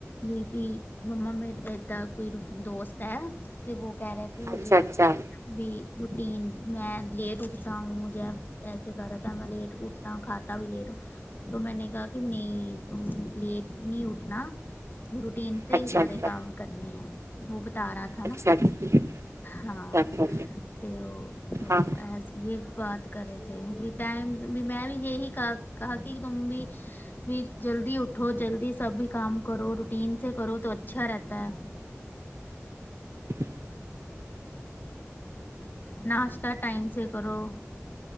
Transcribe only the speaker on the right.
ਅੱਛਾ
ਅੱਛਾ
ਅੱਛਾ
ਅੱਛਾ
ਅੱਛਾ ਅੱਛਾ
ਅੱਛਾ
ਹਾਂ
ਹਨ